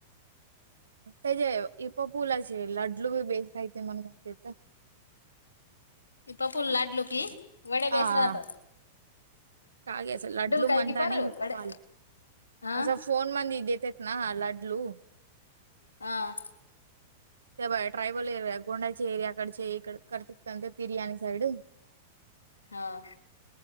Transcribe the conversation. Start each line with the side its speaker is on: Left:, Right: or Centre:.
Right: त्याचे इपोपुुलाचे लाड्लू बी बेच राहिते म्हण म्हणते तर.
Left: ईपापूल लाडलू की, वडे
Right: आ, आ.
Left: बेस राहतं.
Right: काय घ्यायचं लाडलू म्हणतानील.
Left: काय की पार वडे
Right: हॉल
Left: हा
Right: असं फ फोन मंदी देतेत ना लाडलू.
Left: आ.
Right: ते बा ट्रायबल एरिया गोंड्याची एरियाकडचे इकडं करत तिरिया आणि साईड
Left: हां.